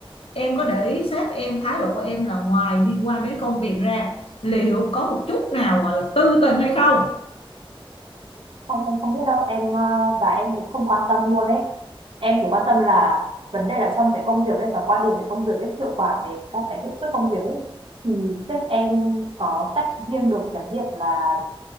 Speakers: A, on the left; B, on the right.
A: em có để ý sếp em thái độ của em là ngoài liên quan đến công việc ra liệu có một chút nào gọi là tư tình hay không
B: Không, em không biết đâu em ờ, và em cũng không quan tâm luôn ấy em chỉ quan tâm là vấn đề là trong cái công việc ấy và quan điểm về công việc ấy hiệu quả về các cái hiệu suất công việc ấy thì sếp em có tách riêng được cái việc là